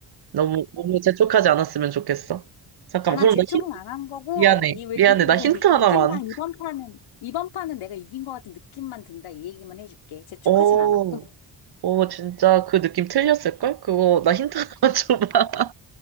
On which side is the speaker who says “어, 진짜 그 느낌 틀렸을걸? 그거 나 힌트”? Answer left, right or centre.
Right